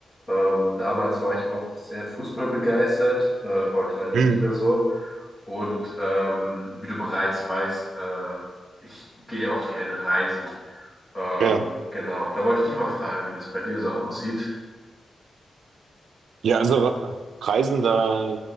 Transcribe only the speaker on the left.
Ähm, damals war ich auch sehr fußballbegeistert, äh, heute leider
nicht mehr so. Und ähm, wie du bereits weißt, äh, ich gehe auch gerne reisen. Ähm,
genau, da wollte ich dich mal fragen, wie das bei dir so aussieht.